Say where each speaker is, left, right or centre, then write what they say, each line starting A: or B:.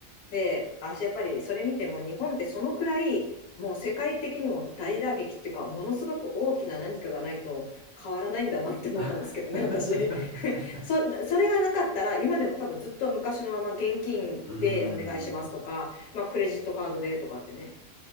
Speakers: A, on the left; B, on the left.
A: で、あ、やっぱりそれ見ても日本ってそのくらい、もう世界的にも大打撃っていうか、ものすごく大きな何かがないと変わらないんだなって思ったんですけどね、
B: <laughs>
A: 私。<laughs> そ、それがなかったら、今でも多分ずっと昔のまま現金でお願いしますとか、
B: うーん。
A: まあクレジットカードでとかってね。